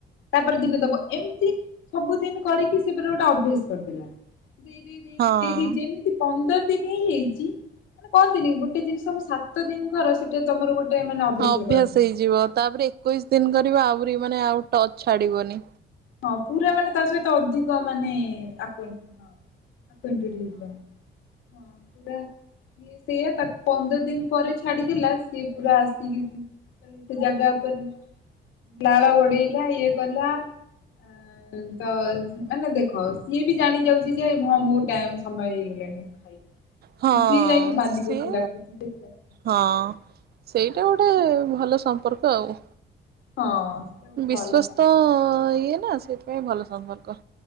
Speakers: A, on the left; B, on the right.
A: ତାପରେ ଦିନ ଦବ ଏମିତି ସବୁଦିନି କରିକି ସେଏ ଫେରେ ଗୋଟେ ଅଭ୍ୟାସ କରିଦେଲା। ଦେଇ ଦେଇ
B: ହଁ
A: ଦେଇ ଯେମିତି ପନ୍ଦର ଦିନ ହିଁ ହେଇଯାଇଚି। ମାନେ କହନ୍ତିନି ଗୋଟେ ଜିନିଷକୁ ସାତ ଦିନି କର ସେଟା ତମର ଗୋଟେ ମାନେ ଅଭ୍ୟାସରେ
B: ଅଭ୍ୟାସ
A: ପରିଣତ
B: ହେଇଯିବ ତାପରେ ଏକୋଇଶି ଦିନ କରିବ ଆହୁରି ମାନେ ଆଉ ଟଚ ଛାଡିବନି।
A: ହଁ ପୁରା ମାନେ ତା ସହିତ ଅଧିକ ମାନେ ଆକର୍ଷିତ ହଁ। ହଁ ପୁରା ସ ସେଇୟା ତାକୁ ପନ୍ଦର ଦିନ ପରେ ଛାଡିଦେଲା ସିଏ ପୁରା ଆସିକି ସେ ଜାଗା ଉପରେ ଲାଳ ଗୋଡେଇଲା ଇଏ କଲା। ଆ ତ ମାନେ ଦେଖ ସିଏ ବି ଜାଣି ଯାଉଚି ଯେ ହଁ ମୁଁ ଟାଇମ୍ ସମୟ ହେଇଗଲାଣି। ଖାଇବି।
B: ହଁ
A: ସିଏ ଯାଇକି ମାଲିକକୁ
B: ସେଏ
A: ଡାକୁଛି ଯେ ତୁ ଆସ
B: ହଁ ସେଇଟା ଗୋଟେ ଭଲ ସମ୍ପର୍କ ଆଉ।
A: ହଁ। ସେଟା ଗୋଟେ
B: ବିଶ୍ଵସ୍ଥ
A: ଭଲ ସମ୍ପର୍କ
B: ଇଏ ନା ସେଥିପାଇଁ ଭଲ ସମ୍ପର୍କ।